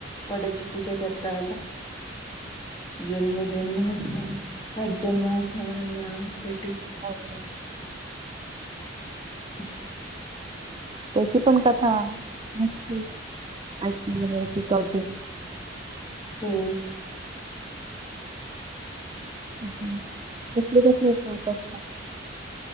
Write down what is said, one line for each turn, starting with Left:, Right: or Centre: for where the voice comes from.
Left: वडाची पूजा करता जन्मोजन्मी हाच नवं सात जन्म असणारा मिळावा ह्यासाठी
Right: ओर नी
Left: <inaudible>
Right: त्याची पण कथा मस्त, ऐकली होती कधी
Left: हो.
Right: हम्म. कसले कसले उपवास असता?